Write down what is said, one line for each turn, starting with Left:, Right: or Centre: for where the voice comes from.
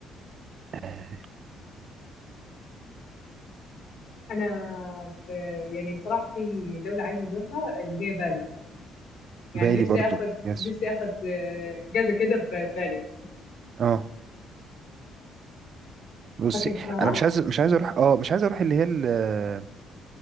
Right: آه،
Left: انا ب... يعني صراحه في دوله عايزه ازورها اللي هي بالي يعني
Right: بالي
Left: نفسي
Right: برضو
Left: اخد
Right: يس
Left: نفسي اخد آه، جزء كده ببالي
Right: اه بصي
Left: فاكر اسمها
Right: انا مش عايز مش عايز اروح اه مش عايز اروح اللي هي ال- آه،